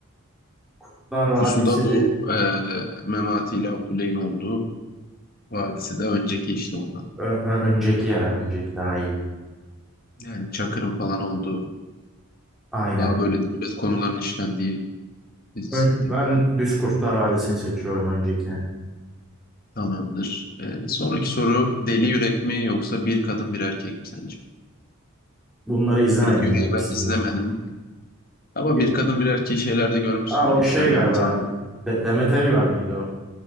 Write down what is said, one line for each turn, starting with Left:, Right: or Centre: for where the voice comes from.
Centre: Kurtlar Vadisi
Left: Pusu da bu e, Memati ile Abdüley'in olduğu vadisi de önceki işte ondan.
Centre: ö- ö- önceki ya. Önceki daha iyi.
Left: Yani Çakır'ın falan olduğu
Centre: Aynen.
Left: daha böyle devlet konularının işlendiği dizisiydi.
Centre: Ön- ben Düz Kurtlar Vadisi'ni seçiyorum öncekine.
Left: Tamamdır. Ee, sonraki soru Deli Yürek mi yoksa Bir Kadın Bir Erkek mi sence?
Centre: Bunları izlemedim
Left: Deli yüreği
Centre: ya ikisini.
Left: ben izlemedim. Ama
Centre: E,
Left: Bir Kadın Bir Erkeği şeylerde görmüşsün.
Centre: Aa, o
Left: Instagram'da.
Centre: şey galiba. De Demet Evgar mıydı o?